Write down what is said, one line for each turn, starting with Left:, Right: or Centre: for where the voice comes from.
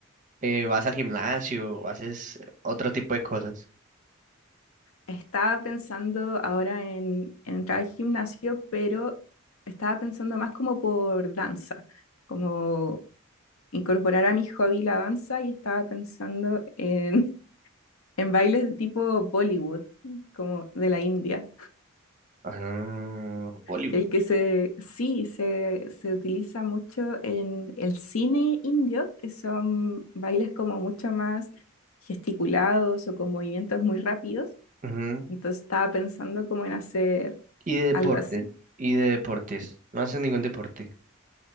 Right: eh, vas al gimnasio, haces otro tipo de cosas.
Left: Estaba pensando ahora en, en entrar al gimnasio, pero estaba pensando más como por danza, como incorporar a mi hobby la danza y estaba pensando en, <laughs> en bailes tipo Bollywood, como de la India,
Right: Ah, voleibol.
Left: que hay que se, sí, se, se utiliza mucho en el cine indio, que son bailes como mucho más gesticulados o con movimientos muy rápidos.
Right: Ujú.
Left: Entonces estaba pensando como en hacer
Right: Y de deportes,
Left: algo así.
Right: y de deportes. No haces ningún deporte.